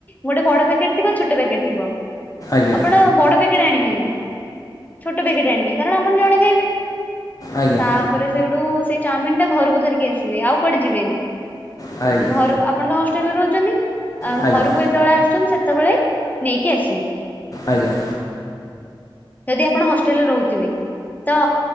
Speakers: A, on the left; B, on the left.
A: ଗୋଟେ ବଡ ପ୍ୟାକେଟ ଥିବ ଛୋଟ ପ୍ୟାକେଟ୍ ଥିବ
B: ଆଜ୍ଞା
A: ଆପଣ ବଡ ପା ଅନିବେନି ଛୋଟ ପ୍ୟାକେଟ ଆଣିବେ କାରଣ ଆପଣ ଜଣେ ଖାଇବେ,
B: ଆଜ୍ଞା
A: ତାପରେ ସେଠୁ ସେଇ ଚାଉମିନ ଟା ଘରକୁ ଧରିକି ଆସିବେ, ଆଉ କୁଆଡେ ଯିବେନି,
B: ଆଜ୍ଞା
A: ଘରକୁ ଆପଣ ହଷ୍ଟେଲରେ ରହୁଛନ୍ତି,
B: ଆଜ୍ଞା ଆଜ୍ଞା
A: ଘରକୁ ଯେତେବେଳେ ଆସୁଛନ୍ତି ସେତେବେଳେ ନେଇକି ଆସିବେ।
B: ଆଜ୍ଞା।
A: ଯଦି ଆପଣ ହଷ୍ଟେଲରେ ରହୁଥିବେ ତ